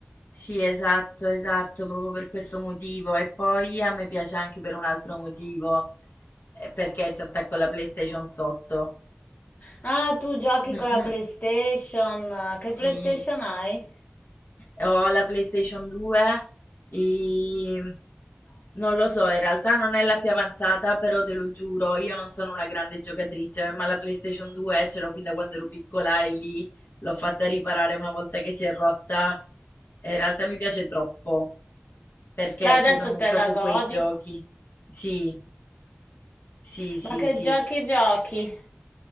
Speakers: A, on the left (about 70°); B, on the left (about 45°).
A: Sì, esatto, esatto, proprio per questo motivo. E poi a me piace anche per un altro motivo, eh, perché ci attacco la PlayStation sotto.
B: Ah, tu giochi
A: <laughs>
B: con la PlayStation. Che PlayStation
A: Sì.
B: hai?
A: Ho la PlayStation 2 e non lo so, in realtà non è la più avanzata, però te lo giuro, io non sono una grande giocatrice, ma la PlayStation 2 ce l'ho fin da quando ero piccola e lì l'ho fatta riparare una volta che si è rotta. E in realtà mi piace troppo, perché
B: Beh, adesso
A: ci sono
B: te
A: proprio
B: la godi.
A: quei giochi. Sì, sì, sì,
B: Ma che
A: sì.
B: giochi giochi?